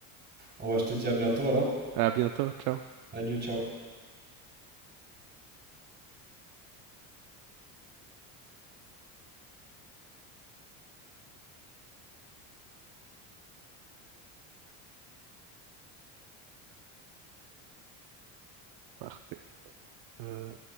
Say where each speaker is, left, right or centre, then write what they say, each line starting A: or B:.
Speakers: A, on the right; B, on the right.
A: On va, je te dis à bientôt alors.
B: À bientôt. Ciao.
A: Salut, ciao.
B: Parfait. Euh,